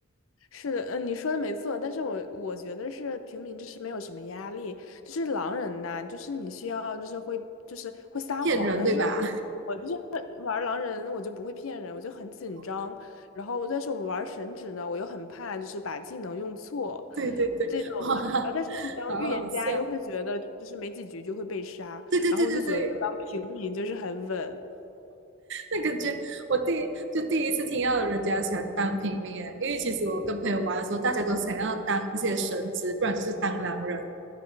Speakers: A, on the left; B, on the right.
A: 是的，嗯，你说的没错，但是我我觉得是平民就是没有什么压力，就是狼人呐、就是你需要就是会就是会撒谎，
B: 骗人对吧？
A: 但是我就是玩狼人，我就不会骗人，我就很紧张，
B: <laughs>
A: 然后但是我玩神职呢，我又很怕就是把技能用错
B: 对对对，
A: 这种的，
B: 哇，
A: 然后但是你当预言家又会觉得就是没几局就会被杀，
B: 好好笑，对对对对对。
A: 然后我就觉得当平民就是很稳。
B: 那感觉我第就第一次听到人家想当平民哎，因为其实我跟朋友玩的时候，大家都想要当那些神职，不然就是当狼人。